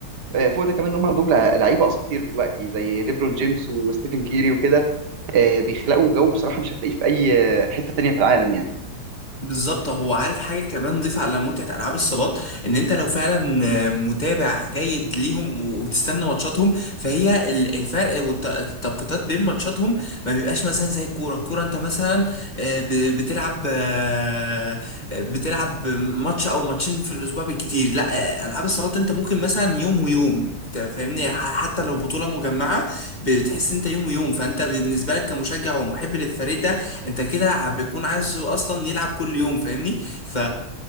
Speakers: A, on the right; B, on the left.
A: آه، فوق ده كمان إن هم عندهم لع- لعيبة أساطير دلوقتي زي ليبرون جيمس وستيفن كيري وكده آه، بيخلقوا جو بصراحة مش هتلاقيه في أي آه، حتة تانية في العالم يعني
B: بالظبط هو عارف حاجة كمان ضيف على متعة ألعاب الصالات إن أنت لو فعلا آه، متابع جيد ليهم وبتستنى ماتشاتهم فهي ال- الفرق والتوقيتات بين ماتشاتهم ما بيبقاش مثلا زي الكورة الكورة أنت مثلا آه، ب- بتلعب آه، بتلعب ماتش أو ماتشين في الأسبوع بالكتير لا آه، ألعاب الصالات أنت ممكن مثلا يوم ويوم أنت فاهمني ح- حتى لو بطولة مجمعة بتحس إن أنت يوم ويوم فأنت بالنسبة لك كمشجع ومحب للفريق ده انت كده بيكون عايز اصلا يلعب كل يوم فاهمني ف...